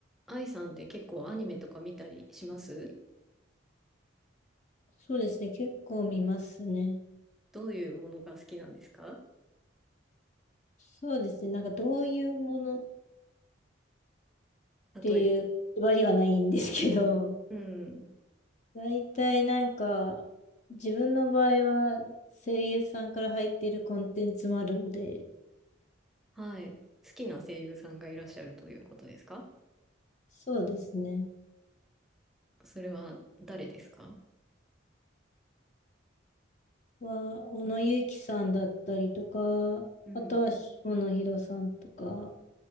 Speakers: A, in the centre; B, on the left.
A: 愛さんって結構アニメとか見たりします
B: そうですね。結構見ますね。
A: どういうものが好きなんですか
B: そうですね。なんかどういうものっ
A: 例えば。
B: ていう縛りはないんですけど、
A: うん。
B: <laughs> 大体なんか自分の場合は声優さんから入っているコンテンツもあるので、
A: はい。好きな声優さんがいらっしゃるということですか
B: そうですね。
A: それは誰ですか
B: は、小野友樹さんだったりとか、
A: うん。
B: あとは下野紘さんとか、